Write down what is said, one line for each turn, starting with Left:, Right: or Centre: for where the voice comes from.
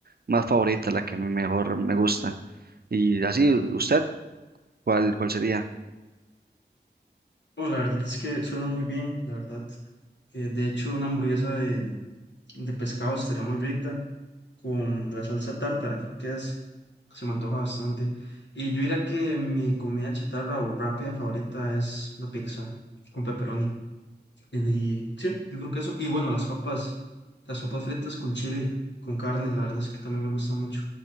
Right: más favorita, la que mejor me gusta. Y así, ¿usted cuál, cuál sería?
Left: Bueno, la verdad es que suena muy bien, la verdad. Eh, de hecho, una hamburguesa de, de pescado estaría muy rica, con la salsa tártara, creo que es, se me antoja bastante. Y yo diría que mi comida chatarra o rápida favorita es la pizza con pepperoni. Y sí, yo creo que eso. Y bueno, las papas, las papas fritas con chile, con carne, la verdad es que también me gusta mucho.